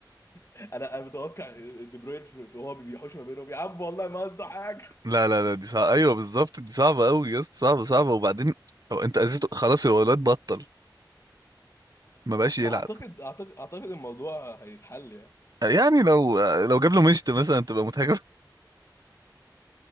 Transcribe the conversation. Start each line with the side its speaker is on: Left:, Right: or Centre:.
Left: انا انا متوقع دي بروين في- وهو بيحوش ما بينهم يا عم والله ما قصده حاجه
Right: لا لا لا دي صعبة ايوه بالظبط دي صعبة قوي يا اسطى صعبة صعبة وبعدين هو انت اذيته خلاص هو الواد بطل ما بقاش
Left: لا
Right: يلعب
Left: اعتقد اعتقد اعتقد الموضوع هيتحل يعني
Right: يعني لو لو جاب له مشت مثلا تبقى مضحكة